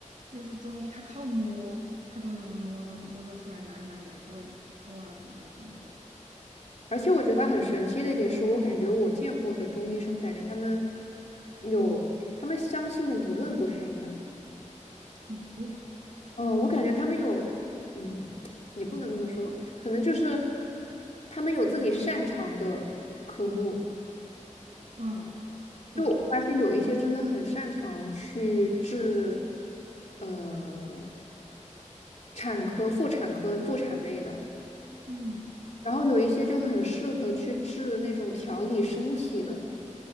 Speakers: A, on the right; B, on the left.
A: 就是中医，他靠摸，他就能摸得摸得出来哪里哪里没对，骨头啊什么东西没对。
B: 而且我觉得他很神奇的一点是，我感觉我见过的中医生，感觉他们有他们相信的理论不太一样。
A: 理论。
B: 哦，我感觉他们有，嗯，也不能这么说，可能就是他们有自己擅长的科目。
A: 嗯，对，
B: 就我发现有一些真的很擅长去治，呃，产科、妇产科、妇产类的，
A: 嗯，
B: 然后有一些就很适合去治那种调理身体的。